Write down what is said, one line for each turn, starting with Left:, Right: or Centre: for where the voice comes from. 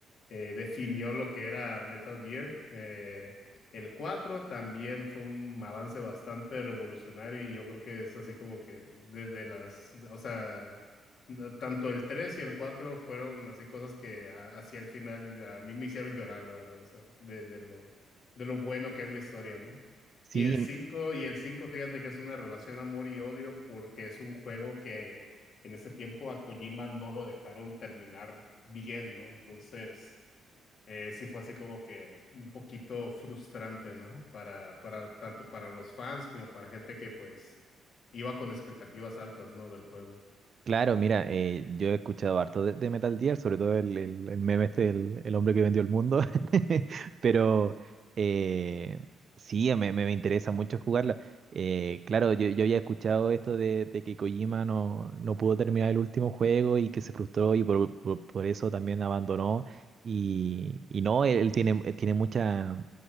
Left: eh, definió lo que era Metal Gear. Eh, el 4 también fue un avance bastante revolucionario y yo creo que es así como que desde las, o sea, tanto el 3 y el 4 fueron así cosas que a- hacia el final a mí me hicieron llorar, la verdad, o sea, de, de lo, de lo bueno que es la historia, ¿no?
Right: sí,
Left: Y el cinco y el cinco fíjate que es una relación amor y odio porque es un juego que en ese tiempo a Kojima no lo dejaron terminar bien, ¿no? Entonces, eh, sí fue así como que un poquito frustrante, ¿no? Para, para, tanto para los fans como para gente que pues iba con expectativas altas, ¿no? Del juego.
Right: Claro, mira, eh, yo he escuchado harto de, de Metal Gear, sobre todo el, el- el meme este, el, el hombre que vendió el mundo, <laughs> pero eh, sí, me, me, me interesa mucho jugarla. Eh, claro, yo, yo había escuchado esto de, de que Kojima no, no pudo terminar el último juego y que se frustró y por, por- por eso también abandonó. Y, y no, él, él tiene, él tiene mucha,